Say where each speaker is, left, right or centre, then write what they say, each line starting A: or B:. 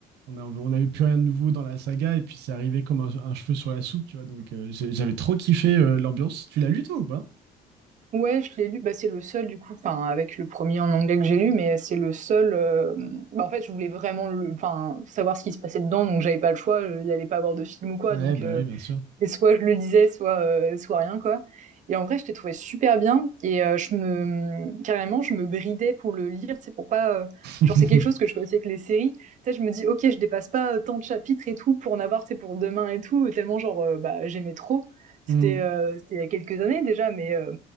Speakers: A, on the right; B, on the right.
A: on a- on n'avait plus rien de nouveau dans la saga et puis c'est arrivé comme un, un cheveu sur la soupe, tu vois. Donc, euh, j'ai- j'avais trop kiffé euh, l'ambiance. Tu l'as lu, toi, ou pas?
B: Ouais, je l'ai lu. Bah, c'est le seul, du coup, enfin, avec le premier en anglais que j'ai lu, mais c'est le seul. euh, Bah, en fait, je voulais vraiment le... enfin, savoir ce qui se passait dedans, donc j'avais pas le choix. euh, Il n'y allait pas avoir de film ou quoi,
A: Ouais,
B: donc.
A: bah
B: euh,
A: oui, bien sûr.
B: Et soit je le lisais, soit, euh, soit rien, quoi. Et en vrai, je t'ai trouvé super bien. Et euh, je me, carrément, je me bridais pour le lire, tu sais, pour pas. euh,
A: <laughs>
B: Genre, c'est quelque chose que je fais aussi avec les séries. Tu sais, je me dis, ok, je dépasse pas euh, tant de chapitres et tout pour en avoir, tu sais, pour demain et tout. Tellement, genre, euh, bah, j'aimais trop. C'était
A: Hmm.
B: euh, c'était il y a quelques années déjà, mais, euh,